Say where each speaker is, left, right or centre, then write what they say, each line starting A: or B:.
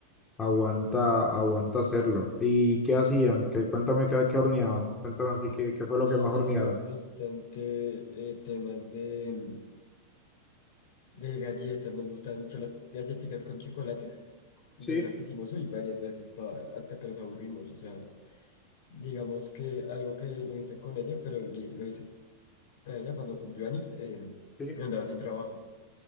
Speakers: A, on the left (about 20°); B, on the left (about 50°).
A: Aguanta, aguanta hacerlo. ¿Y qué hacían?
B: mm,
A: Que cuéntame qué, qué horneaban. Cuéntame así qué, qué fue lo
B: eh,
A: que más
B: hicimos
A: hornearon.
B: bastante eh, temas de, mm, de galletas, nos gustaban mucho las galletitas con chocolate. De
A: Sí,
B: esas hicimos, uy, varias veces pa- hasta que nos aburrimos, o sea. digamos que algo que no hice con ella, pero le- lo hice para ella cuando cumplió años, eh,
A: sí,
B: andaba sin trabajo.